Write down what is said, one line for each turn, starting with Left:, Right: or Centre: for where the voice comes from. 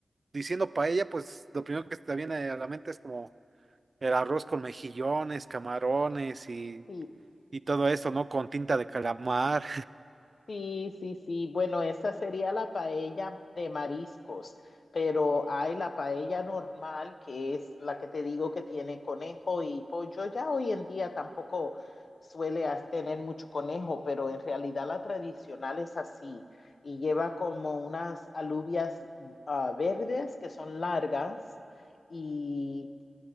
Right: diciendo paella, pues lo primero que se te viene a la mente es como el arroz con mejillones, camarones y,
Left: Sí,
Right: y todo eso, ¿no? Con tinta de calamar,
Left: Sí, sí, sí. sí. Bueno, esa sería la paella de mariscos, pero hay la paella normal, que es la que te digo que tiene conejo y pollo. Ya hoy en día tampoco suele as- tener mucho conejo, pero en realidad la tradicional es así y lleva como unas alubias ah, verdes que son largas. Y